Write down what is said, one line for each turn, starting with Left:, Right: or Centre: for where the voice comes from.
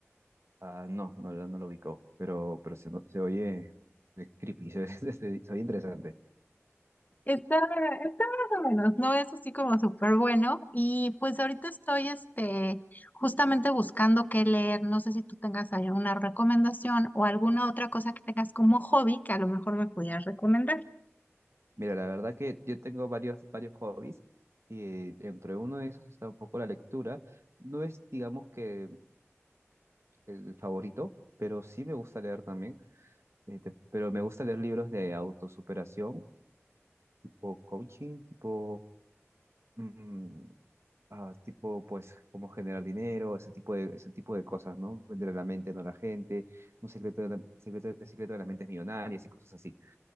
Right: Ah, no, no, lo- no lo ubicó, pero, pero se, se oye eh, creepy, <laughs> se, se- se- se oye interesante.
Left: Está, está más o menos, no es así como súper bueno. Y pues ahorita estoy este, justamente buscando qué leer. No sé si tú tengas ahí alguna recomendación o alguna otra cosa que tengas como hobby que a lo mejor me pudieras recomendar.
Right: Mira, la verdad que yo tengo varios, varios hobbies y entre uno de esos está un poco la lectura. No es, digamos que el favorito, pero sí me gusta leer también. Este, pero me gusta leer libros de autosuperación, tipo coaching, tipo, mm, ah, tipo, pues, cómo generar dinero, ese tipo de, ese tipo de cosas, ¿no? Vender la mente, no a la gente, un secreto de la, secreto, el secreto de las mentes millonarias y cosas así.